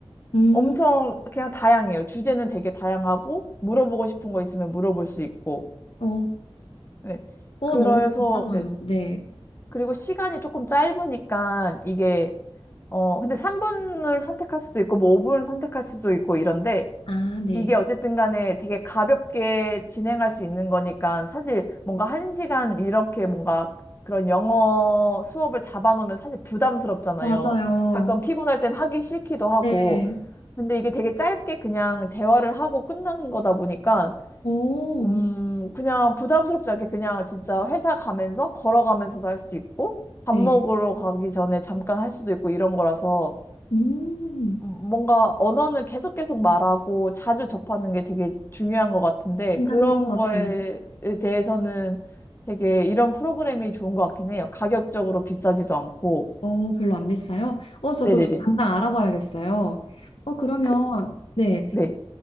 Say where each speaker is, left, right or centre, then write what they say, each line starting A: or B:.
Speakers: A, on the left; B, on the left.
A: 음,
B: 엄청 그냥 다양해요. 주제는 되게 다양하고, 물어보고 싶은 거 있으면 물어볼 수 있고,
A: 어,
B: 네.
A: 어,
B: 그래서,
A: 너무 괜찮아요.
B: 네.
A: 네.
B: 그리고 시간이 조금 짧으니까, 이게, 어, 근데 3분을 선택할 수도 있고, 뭐 5분을 선택할 수도 있고 이런데,
A: 아, 네.
B: 이게 어쨌든 간에 되게 가볍게 진행할 수 있는 거니까, 사실 뭔가 한 시간 이렇게 뭔가 그런 영어 수업을 잡아놓으면 사실 부담스럽잖아요.
A: 맞아요.
B: 가끔 피곤할 땐 하기 싫기도 하고,
A: 네.
B: 근데 이게 되게 짧게 그냥 대화를 하고 끝나는 거다 보니까,
A: 오,
B: 음, 그냥 부담스럽지 않게 그냥 진짜 회사 가면서 걸어가면서도 할 수 있고, 밥
A: 네.
B: 먹으러 가기 전에 잠깐 할 수도 있고 이런 거라서,
A: 음,
B: 음, 뭔가 언어는 계속 계속 말하고 자주 접하는 게 되게 중요한 것 같은데
A: 진짜
B: 그런
A: 그런 것 같아요.
B: 거에 대해서는 되게 이런 프로그램이 좋은 것 같긴 해요. 가격적으로 비싸지도 않고.
A: 어, 별로 안 비싸요? 어, 저
B: 네네네.
A: 그거 당장 알아봐야겠어요. 어, 그러면,
B: 그,
A: 네.
B: 네.